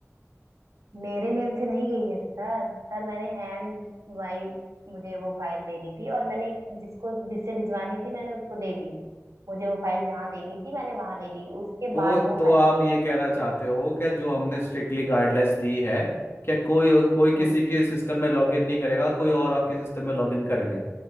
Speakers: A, on the right; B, on the left.
A: मेरे मेल से नहीं गई है सर सर मैंने हैंड वाइज मुझे वो फाइल देनी थी और मैंने जिसको जिससे भिजवानी थी मैंने उसको दे दी थी मुझे वो फाइल जहाँ देनी थी मैंने वहां दे दी थी उसके
B: तो
A: बाद वो
B: तो
A: फाइल
B: आप
A: गई
B: ये कहना चाहते हो कि जो हमने स्ट्रिक्टली गाइडलाइंस दी है कि कोई कोई किसी
A: हम्म
B: के सिस्टम में लॉगिन नहीं करेगा कोई और आपके सिस्टम में लॉगिन कर गया